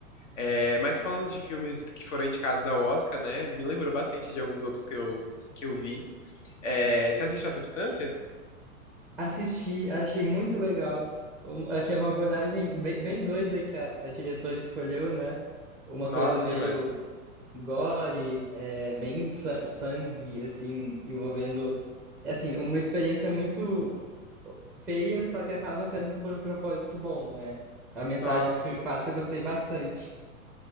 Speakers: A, on the left (about 55°); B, in the centre.
A: É, mas falando de filmes que foram indicados ao Oscar, né? Me lembrou bastante de alguns outros que eu, que eu vi. É, você assistiu A Substância?
B: Assisti, achei muito legal. Um- Achei uma abordagem bem, bem doida que a a diretora escolheu, né? Uma
A: Nossa,
B: coisa meio
A: demais.
B: gore, é, bem sa- sangue, assim, envolvendo, É, assim, uma experiência muito feia, só que acaba sendo por um propósito bom, né? A mensagem
A: Nossa,
B: que
A: assim.
B: o filme passa eu gostei bastante.